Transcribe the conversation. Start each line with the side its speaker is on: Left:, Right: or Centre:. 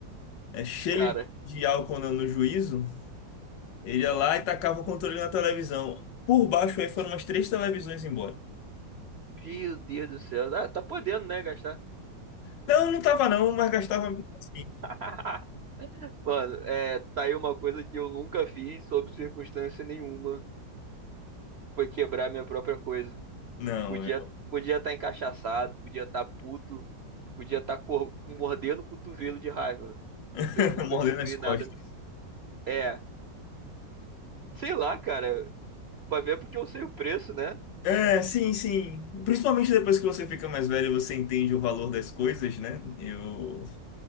Left: é, cheio
Right: cara,
Left: de álcool no, no juízo, ele ia lá e tacava o controle na televisão. Por baixo aí foram umas três televisões embora.
Right: meu Deus do céu. Ah, tá podendo, né, gastar.
Left: Não, não tava não, mas gastava mesmo assim.
Right: <laughs> Mano, é, tá aí uma coisa que eu nunca fiz, sob circunstância nenhuma. Foi quebrar minha própria coisa.
Left: Não,
Right: Podia
Left: eu
Right: podia estar encachaçado, podia estar puto, podia estar cor- mordendo o cotovelo de raiva.
Left: <laughs>
Right: Eu nunca
Left: mordendo
Right: destruí
Left: as costas.
Right: nada. É, sei lá, cara. Pra ver porque eu sei o preço, né?
Left: É, sim, sim. Principalmente depois que você fica mais velho, você entende o valor das coisas, né? Eu.